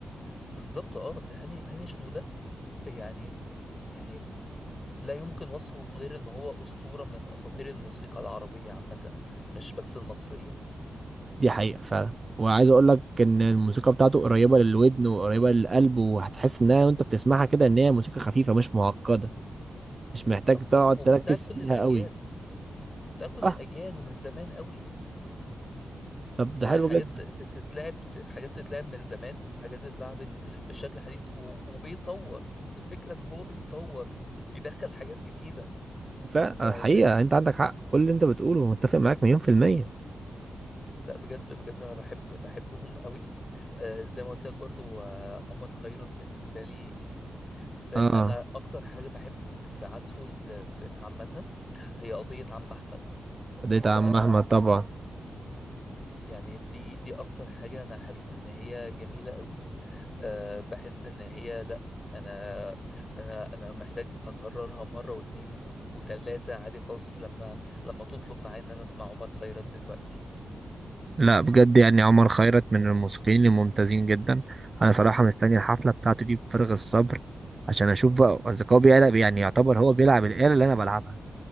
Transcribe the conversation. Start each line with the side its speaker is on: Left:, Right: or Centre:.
Left: بالظبط اه هاني هاني شنودة يعني يعني لا يمكن وصفه غير ان هو اسطورة من اساطير الموسيقى العربية عامة مش بس المصرية
Right: دي حقيقه فعلا وعايز اقول لك ان الموسيقى بتاعته قريبه للودن وقريبه للقلب وهتحس انها وانت بتسمعها كده ان هي موسيقى خفيفه مش معقده مش محتاج
Left: بالظبط
Right: تقعد
Left: و- وبتاعت
Right: تركز
Left: كل
Right: فيها
Left: الاجيال
Right: قوي
Left: بتاعت كل
Right: صح
Left: الاجيال ومن زمان قوي
Right: طب ده
Left: يعني
Right: حلو
Left: حاجات
Right: جدا
Left: ت- ت- تتلعب ت- حاجات تتلعب من زمان حاجات اتلعبت بشكل حديث و- وبيطور الفكرة ان هو بيطور بيدخل حاجات جديدة
Right: فالحقيقة
Left: فلا
Right: انت عندك حق في كل اللي انت بتقوله متفق معاك مليون في المية
Left: لا بجد بجد انا بحب بحبهم قوي آه، زي ما قلت لك برضو آه، عمر خيرت بالنسبة لي ف-
Right: اه
Left: أنا أكتر حاجة بحب في عزفه ل- في- عامة هي قضية عم أحمد بتحبها
Right: ديت عم احمد طبعا
Left: يعني دي دي أكتر حاجة أنا حاسس إن هي جميلة قوي أه بحس إن هي لأ أنا أنا أنا محتاج أكررها مرة واتنين وت- وتلاتة عادي خالص لما لما تطلب معايا إن أنا أسمع عمر خيرت دلوقتي
Right: لا بجد يعني عمر خيرت من الموسيقيين الممتازين جدا انا صراحة مستني الحفلة بتاعته دي بفارغ الصبر عشان اشوف بقى اذا هو بيلعب يعني يعتبر هو بيلعب الآلة اللي انا بلعبها